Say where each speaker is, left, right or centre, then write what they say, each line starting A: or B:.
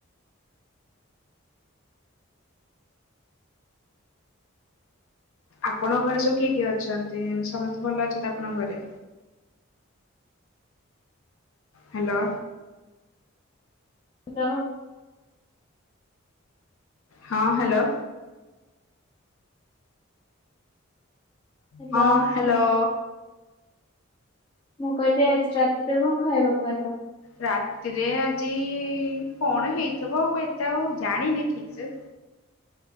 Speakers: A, on the left (about 75°); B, on the left (about 25°).
A: ଆପଣଙ୍କ ଘରେ ସବୁ କିଏ କିଏ ଅଛନ୍ତି ସମସ୍ତେ ଭଲ ଅଛନ୍ତି ଆପଣଙ୍କ ଘରେ? ହ୍ୟାଲୋ।
B: ହ୍ୟାଲୋ।
A: ହଁ ହ୍ୟାଲୋ।
B: ହ୍ୟାଲୋ
A: ହଁ ହ୍ୟାଲୋ।
B: ମୁଁ କହିଲି ଆଜି ରାତିରେ କଣ ଖାଇବା ଖୁଆଇଲ।
A: ରାତିରେ ଆଜି କଣ ହେଇଥିବ ଆଉ ଏତେ ଆଉ ଜାଣିନି ଠିକ ସେ।
B: <unintelligible>